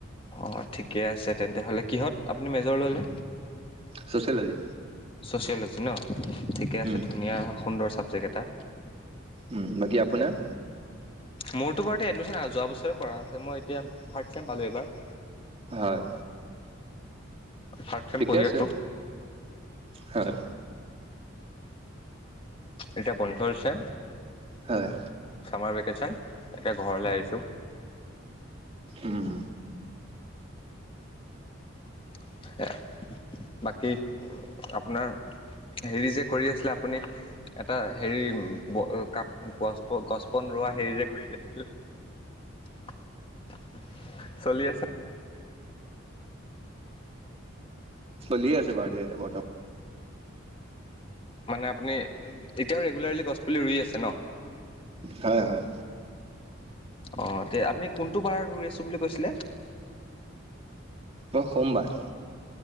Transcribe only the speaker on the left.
অ', ঠিকে আছে তেন্তে হ'লে কিহত আপুনি মেজৰ ল'লে।
চচিয়েলজি ন ঠিকে আছে
ধুনীয়া সুন্দৰ চা। জেগএটা।
মোৰতো বাৰু এতিয়া এডমিশ্যন আহ যোৱা বছৰে কৰা আছে মই এতিয়া থাৰ্ড চেম পালোঁ এই বাৰ।
থাৰ্ড চেম
পঢ়ি
আছোঁ।
এতিয়া বন্ধ হৈছে।
চামাৰ ভেকেচন তাকে ঘৰলৈ আহিছো।
<unintelligible> বাকী আপোনাৰ। হেৰি যে কৰি আছিলে আপুনি। এটা হেৰি কাপ গছ গছ বন ৰোৱা হেৰি যে কৰি আছিল। <unintelligible> চলি আছে।
মানে আপুনি এতিয়াও ৰেগুলাৰলি গছপুলি ৰুই আছে ন।
অ এয়া আপুনি কোনটো বাৰ ৰুই আছো বুলি কৈছিলে?